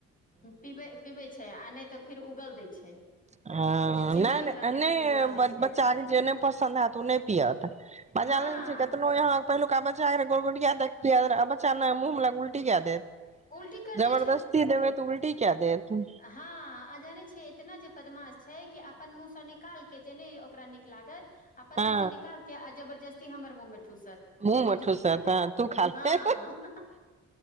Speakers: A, on the left; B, on the right.
A: पीबै पीबै छै आ नहि तऽ फेर उगल दै छै
B: ह
A: जे चीनी
B: नहि नहि
A: ओकरामे
B: नहि
A: डाल दै छियै
B: बच्चा के जे नहि पसन्द हेत ओ नहि पियअत पजा
A: हँ
B: लऽ छै केतनो अहाँ पहिलुका बच्चा गोल गुटिया दे पिया बच्चा मुह ल उल्टीकेए देत
A: उल्टी कर
B: जबरदस्ती
A: दै
B: देबै तऽ उल्टी क्या दे तू
A: हाँ आ जानै छियै एतना जे बदमाश छै कि अपन मुँह सँ निकाल के जे नहि ओकरा नीक लागत अपन
B: हँ
A: मुँह से निकाल के आ जबरदस्ती हमर मुँहं ठूसत
B: मुहँ
A: कि
B: में
A: तूही
B: ठुसत
A: खा ले
B: हां तु खा ले
A: हँ
B: तहन